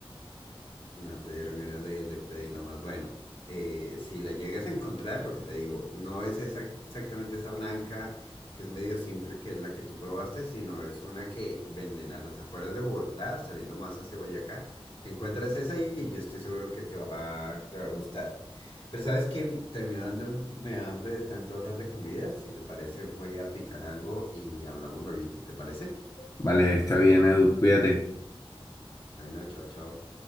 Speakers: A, on the left (about 65°); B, on the left (about 35°).
A: No te dieron ganas de, de pedirla más. Bueno, eh, si la llegas a encontrar, lo que te digo, no es esa- exactamente esa blanca que es medio simple, que es la que tú probaste, sino es una que venden a las afueras de Bogotá, saliendo más hacia Boyacá. Te encuentras esa y yo estoy seguro que te va, que te va a gustar. Pero sabes que terminó dándome hambre de tanto hablar de comida. Si te parece, voy a picar algo y hablamos luego. ¿Te parece?
B: Vale, está bien, Edu, cuídate.
A: Bueno, chao, chao.